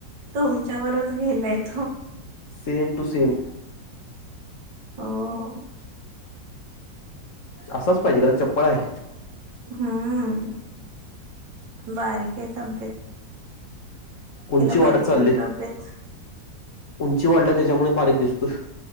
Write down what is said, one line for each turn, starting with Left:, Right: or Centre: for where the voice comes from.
Right: तुमच्यावरच गेलाय तो
Left: सेम टू सेम
Right: हो <inaudible>
Left: असाच पाहिजे जरा चपळ आहे.
Right: हूं बारीक ते कामं
Left: उंची वाढत
Right: पाहिजे
Left: चालली
Right: खरं तब्येत
Left: उंची वाढल्या त्याच्यामुळ बारीक दिस <inaudible>